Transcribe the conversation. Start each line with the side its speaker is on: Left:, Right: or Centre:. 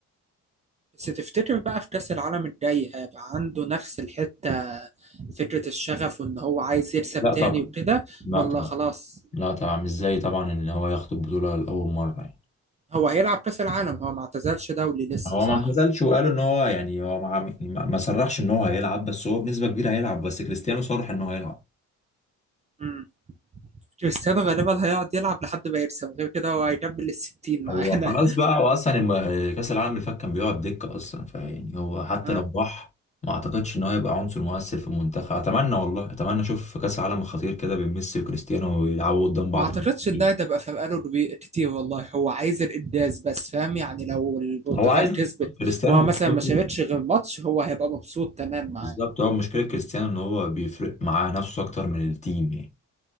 Right: بس تفتكر بقى في كأس العالم الجاي هيبقى عنده نفس الحتة فكرة الشغف وإن هو عايز يكسب
Left: لا
Right: تاني
Left: طبعا
Right: وكده
Left: لا
Right: ولا
Left: طبعا
Right: خلاص
Left: لا طبعا مش زي طبعا ان هو ياخد البطولة لأول مرة يعني
Right: هو هيلعب كأس العالم هو ما اعتزلش دولي لسه
Left: هو
Right: صح؟
Left: ما اعتزلش وقالوا ان هو يعني هو ما يعني ما ما صرحش ان هو هيلعب بس هو بنسبة كبيرة هيلعب بس كريستيانو صرح ان هو هيلعب
Right: مم. كريستيانو غالبا هيقعد يلعب لحد ما يكسب غير كده هو هيكمل الستين معانا
Left: هو خلاص بقى هو اصلا الم- كأس العالم اللي فات كان بيقعد دكة اصلا فيعني هو حتى
Right: <laughs> آه.
Left: لو راح ما اعتقدش ان هو هيبقى عنصر مؤثر في المنتخب اتمنى والله اتمنى اشوف في كأس العالم الخطير كده بين ميسي وكريستيانو ويلعبوا قدام بعض
Right: ما اعتقدش
Left: في الفريق.
Right: انها تبقى فرقاله كبي- كتير والله هو عايز الانجاز بس فاهم يعني لو البرتغال
Left: هو عايز
Right: كسبت
Left: كريستيانو
Right: وهو
Left: مشكلته
Right: مثلا ما شاركش غير ماتش هو هيبقى مبسوط تمام معاه
Left: بالظبط هو مشكلة كريستيانو ان هو بيفرق معاه نفسه اكتر من التيم يعني